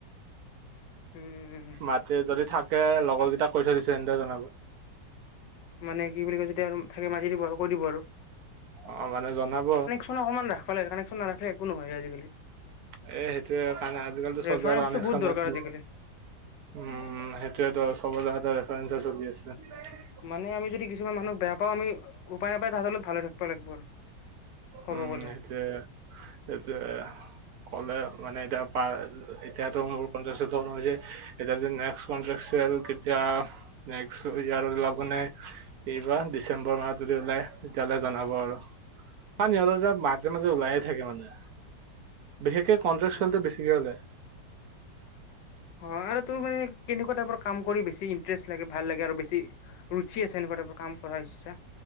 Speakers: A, on the left; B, on the right.
A: উম
B: মাতে যদি থাকে লগৰ কেইটা কৈ থৈ দিছে সিহঁতে জনাব।
A: মানে কি বুলি কয় যেতিয়া আৰু থাকে মাৰি দিব আৰু কৈ দিব আৰু।
B: অ মানে জনাব।
A: অকণমান ৰাখবা লাগে কানেকচন নাৰাখলি একো নহয় আজিকালি।
B: এ সেইটোয়ে কাৰণে আজিকালি।
A: ৰেফাৰেঞ্চটো বহুত দৰকাৰ আজিকালি
B: <unintelligible> উম সেইটোৱেতো চব জাগাতে ৰেফাৰেঞ্চত দি আছে।
A: মানে আমি যদি কিছুমান মানুহক বেয়া পাওঁ আমি উপাই নাপাই তাহঁতৰ লগত ভালে থাকিব লাগিব আৰু। ক'ব
B: উম
A: গ'লে
B: সেইটোৱে, সেইটোৱে ক'লে মানে এতিয়া পাৰ এতিয়াতো মোৰ <unintelligible> এতিয়া অনুযায়ী এতিয়া নেক্সট <unintelligible> কেতিয়া। নেক্সট ইয়াৰ ওলাবনে? এইবাৰ ডিচেম্বৰ মাহত যদি ওলাই তেতিয়াহ'লে জনাব আৰু। সিহঁতৰ তাত মাজে, মাজে ওলাইয়ে থাকে মানে বিশেষকে কণ্ট্ৰেকচুয়েলটো
A: অ
B: বেছিকে ওলাই।
A: অ আৰু তোৰ মানে কেনেকুৱা টাইপৰ কাম কৰি বেছি ইন্টাৰেষ্ট লাগে ভাল লাগে আৰু বেছি ৰুচি আছে এনেকুৱা টাইপৰ কাম কৰা ইচ্ছা।